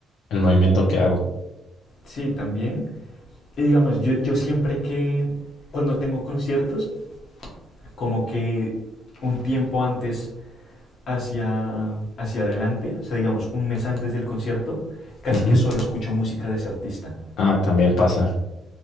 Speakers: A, on the left; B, on the left.
A: el movimiento que hago.
B: Sí, también. Y digamos, yo, yo siempre que cuando tengo conciertos, como que un tiempo antes hacia, hacia adelante, o sea, digamos, un mes antes del concierto, casi
A: Ujú.
B: que solo escucho música de ese artista.
A: Ah, también pasa.